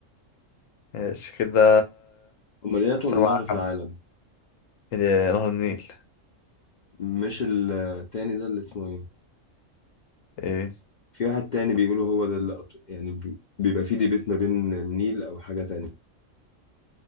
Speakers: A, on the left (about 80°); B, on the left (about 55°).
A: ماشي كده
B: امال ايه اطول
A: سبعة
B: نهر في
A: خمسة
B: العالم
A: إيه، نهر النيل
B: مش التاني ده اللي اسمه ايه
A: ايه
B: في واحد تاني بيقولوا هو ده اللي أطول. يعني بي- بيبقى في ديبيت ما بين النيل او حاجة تانية